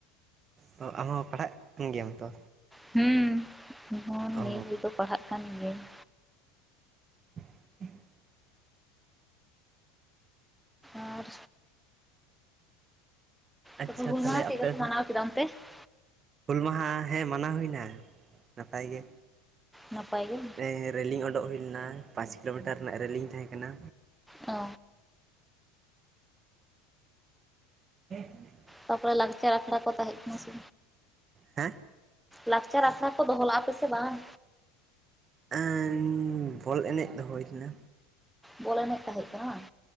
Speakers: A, on the right; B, in the centre.
A: ᱛᱚ ᱟᱢᱦᱚᱸ ᱯᱟᱲᱦᱟᱜ ᱠᱟᱱ ᱜᱮᱭᱟᱢ ᱛᱚ
B: ᱦᱩᱸ, ᱤᱧ
A: ᱚ
B: ᱱᱤᱭᱟᱹ ᱨᱮᱫᱚ ᱯᱟᱲᱦᱟᱜ ᱠᱟᱱ ᱜᱤᱭᱟᱹᱧ
A: <inaudible>
B: ᱟᱨ
A: ᱟᱪᱪᱷᱟ
B: ᱛᱚᱵᱮ ᱦᱩᱞ
A: ᱛᱟᱦᱚᱞᱮ
B: ᱢᱟᱦᱟ ᱪᱮᱫ
A: ᱟᱯᱮ
B: <unintelligible>
A: ᱦᱩᱞ ᱢᱟᱦᱟ ᱦᱮᱸ ᱢᱟᱱᱟᱣ ᱦᱩᱭᱱᱟ ᱱᱟᱯᱟᱭ ᱜᱮ᱾
B: ᱱᱟᱯᱟᱭ ᱜᱮ᱾
A: ᱦᱮᱸ ᱨᱮᱞᱤᱝ ᱚᱸᱰᱚᱜ ᱦᱩᱭ ᱞᱮᱱᱟ ᱯᱟᱸᱪ ᱠᱤᱞᱳᱢᱤᱴᱟᱨ ᱨᱮᱱᱟᱜ ᱨᱮᱞᱤᱝ ᱛᱟᱦᱮᱸ ᱠᱟᱱᱟ᱾
B: ᱚ
A: <inaudible>
B: ᱛᱟᱯᱚᱨᱮ ᱞᱟᱠᱪᱟᱨ ᱟᱠᱷᱲᱟ ᱠᱚ ᱛᱟᱦᱮᱸ ᱠᱟᱱᱟ ᱥᱮ
A: ᱦᱮᱸ
B: ᱞᱟᱠᱪᱟᱨ ᱟᱠᱷᱲᱟ ᱠᱚ ᱫᱚᱦᱚᱞᱟᱜᱼᱟ ᱯᱮᱥᱮ ᱵᱟᱝ?
A: ᱮᱸ ᱵᱚᱞ ᱮᱱᱮᱡ ᱫᱚ ᱦᱩᱭ ᱞᱮᱱᱟ᱾
B: ᱵᱚᱞ ᱮᱱᱮᱡ ᱛᱟᱦᱮᱸᱜ ᱠᱟᱱᱟ ᱵᱟᱝ?